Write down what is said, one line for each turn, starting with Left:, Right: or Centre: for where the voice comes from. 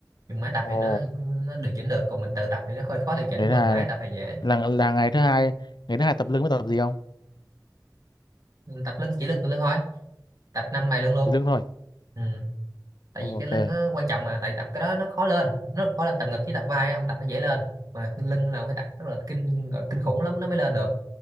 Right: dùng máy tập
Left: ồ
Right: thì nó nó điều chỉnh được còn mình tự tập thì nó hơi khó điều chỉnh
Left: đấy là
Right: còn máy tập thì dễ
Left: là là ngày thứ hai ngày thứ hai tập lưng mới tập gì không
Right: Mình tập lưng chỉ lưng tập lưng thôi tập năm bài lưng luôn
Left: thì lưng thôi
Right: ừ. tại
Left: ok
Right: vì cái lưng nó quan trọng mà tại tập cái đó nó khó lên nó khó lên tập ngực với tập vai á, ông tập nó dễ lên mà cái lưng là ông phải tập rất là kinh gọi kinh khủng lắm nó mới lên được